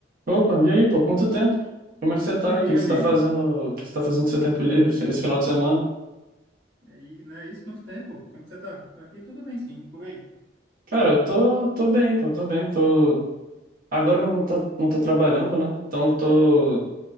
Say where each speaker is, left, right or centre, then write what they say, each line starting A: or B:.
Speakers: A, on the right; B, on the right.
A: Opa, e aí, pô, quanto tempo? Como é que você tá?
B: E aí,
A: O que que
B: amigo?
A: você tá fazendo? O que você tá fazendo no seu tempo livre esse final de semana?
B: E aí, não é isso? Quanto tempo? Como que você tá? Aqui tudo bem, sim, e por aí.
A: Cara, eu tô, tô bem, pô, tô bem. Tô... Agora eu não tô, não tô trabalhando, né? Então eu tô.